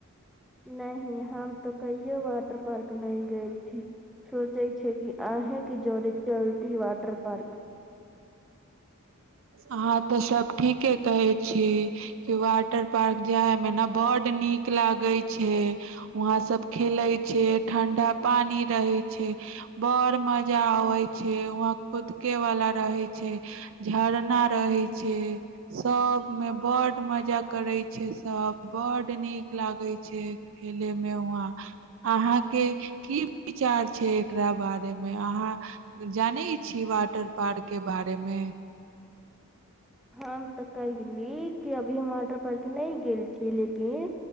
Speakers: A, in the centre; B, on the right.
A: नहि हम तऽ कहिो वाटर पार्क नहि गेल छी सोचैत छीिय कि अहँके जड़े चलती वाटर पार्क
B: अहं तऽ सब ठीके कहै छी कि वा वटर पार्क ज है मे न बड नीक लागे छै वहां सब खेले छै ठंडा पानी रहै छै बड़ मजा आवै छै वहा कुदके वाला रहै छै झरना रहे छै सब में बड मजा करे छै सब बड नीक लागे छै खेले में वहां अहाँ के की विचार छै एकरा बारे मे अहां जाने छी वाटर पार्क के बारे मे
A: हम तऽ कहिली क अभी हम वाटर पार्क नहि गेल छी लेकिन